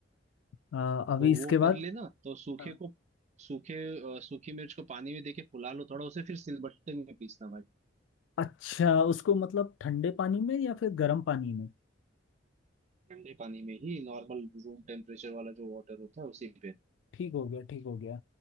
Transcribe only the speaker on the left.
आ, अभी
इसके
बाद
हाँ
अच्छा उसको मतलब ठंडे पानी में या फिर गर्म पानी में
ठीक हो गया ठीक हो गया